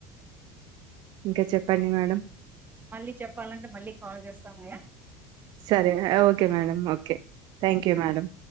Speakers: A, on the right; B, on the right.
A: ఇంకా చెప్పండి మేడం
B: మళ్ళీ చెప్పాలంటే మళ్ళీ కాల్ చేస్తా మేడమ్
A: సరే okay madam okay thank you madam